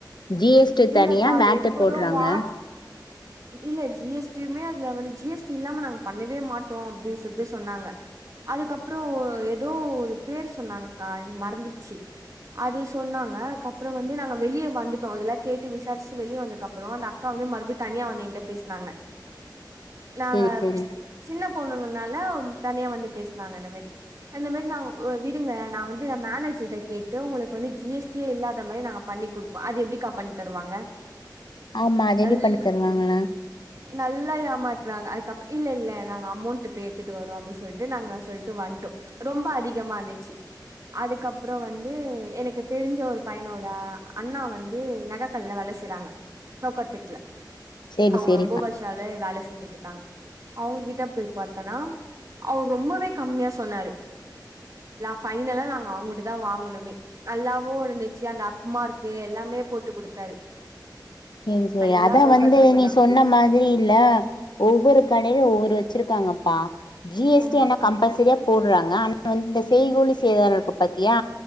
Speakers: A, on the left; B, on the right.
A: ஜிஎஸ்டி
B: இல்லக்கா
A: தனியா
B: அது
A: வேட்ட
B: எதுக்கு
A: போடுறாங்க
B: ஏதோ வா இல்ல ஜிஎஸ்டியுமே அதுல வந்து ஜிஎஸ்டி இல்லாம நாங்க பண்ணவே மாட்டோ அப்டி சொல்ட்டு சொன்னாங்க அதுக்கப்றோ எதோ ஒரு பேர் சொன்னாங்கா மறந்துச்சி அது சொன்னாங்க அதுக்கப்புறம் வந்து நாங்க வெளியே வந்துட்டோ இதல்லா கேட்டு விசாரிச்சு வெளிய வந்ததுக்கப்புறோ அந்த அக்கா வந்து மறுபடி தனியா வந்து எங்கிட்ட பேஸ்னாங்க நாங்க
A: சேரி சேரி
B: சின்ன பொண்ணுங்கனால தனியா வந்து பேசனாங்க இந்த மாரி அந்த மேரி நா விடுங்க நா வந்து மேனேஜரிட்ட கேட்டு உங்களுக்கு வந்து ஜிஎஸ்டியே இல்லாத மேரி நாங்க பண்ணி கொடுப்போ அது எப்டிக்கா பண்ணி தருவாங்க
A: ஆமா அதெப்டி
B: நல்ல
A: பண்ணி தர் துவாங்கள்ல
B: நல்லா ஏமாத்தனாங்க அதுக்கப் இல்ல இல்ல நாங்க அமௌண்ட் பேய் எத்துட்டு வரோ அப்டின் சொல்லிட்டு நாங்க சொல்ட்டு வந்டோ ரொம்ப அத் திகமா இருந்துச்சு அதுக்கப்புறோ வந்து எனக்கு தெரிஞ்ச ஒரு பையனோட அண்ணா வந்து நகக்கல்ல வளசெய்றாங்க சௌகார்பேட்ல
A: சேரி
B: அவ்ங்க
A: சேரிப்பா
B: ரொம்ப வர்ஷாமே வேல செஞ்சிட்ருக்காங்க அவ்ங்கிட்ட போய் பாத்தன்னா அவர் ரொம்பவே கம்யா சொன்னாரு ஃபைனலா நாங்க அவ்ங்குட்டுதா வாங்கணுமே நல்லாவு இருந்துச்சு அந்த அக்மார்க் கு எல்லாமே போட்டுக் குடுத்தாரு
A: சேரி சேரி
B: ஃபைனலா
A: அதா
B: சோக்கார்பேட்ல
A: வந் து நீ சொன்ன மாதுரி இல்ல ஒவ்வொரு கடைல ஒவ்வொரு வச்சிருக்கா அங்கப்பா ஜிஎஸ்டி
B: ஆமாக்கா
A: ஆனா கம்ப்பல்சரியா போட்றாங்க ஆனா வந்து தஸ் செய்கூலி சேதார இருக்கு பாத்தியா